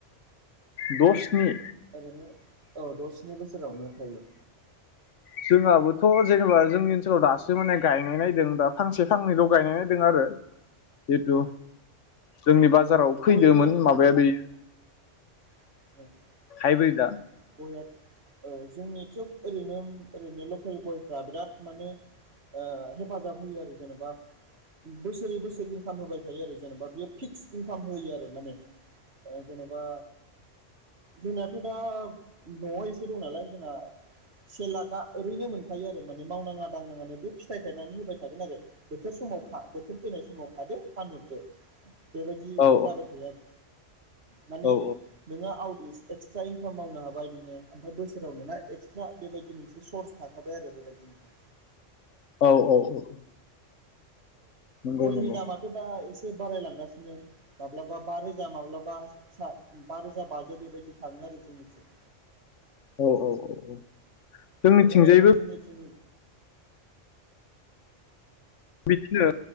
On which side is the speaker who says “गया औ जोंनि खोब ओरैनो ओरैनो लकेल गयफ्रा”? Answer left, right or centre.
Right